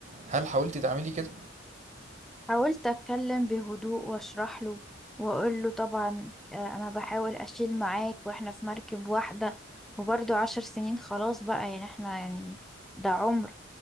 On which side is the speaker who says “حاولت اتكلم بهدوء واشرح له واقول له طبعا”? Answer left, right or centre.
Centre